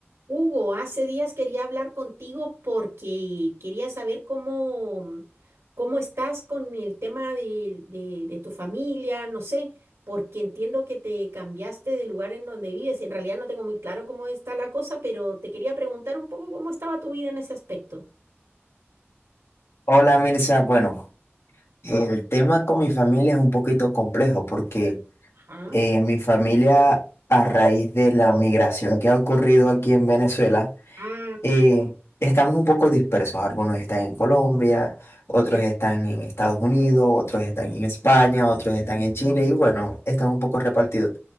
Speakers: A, on the right (about 80°); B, on the left (about 70°).
A: Hugo, hace días quería hablar contigo porque quería saber cómo, cómo estás con el tema de, de- de tu familia, no sé, porque entiendo que te cambiaste de lugar en donde vives. En realidad no tengo muy claro cómo está la cosa, pero te quería preguntar un poco cómo estaba tu vida en ese aspecto.
B: Hola Mirza, bueno, el tema con mi familia es un poquito complejo porque
A: Ajá.
B: eh, mi familia a raíz de la migración que ha ocurrido aquí en Venezuela,
A: Ah,
B: eh, estamos un poco dispersos. Algunos están en Colombia, otros
A: ya,
B: están en Estados Unidos, otros están en España, otros están en Chile y bueno, están un poco repartidos.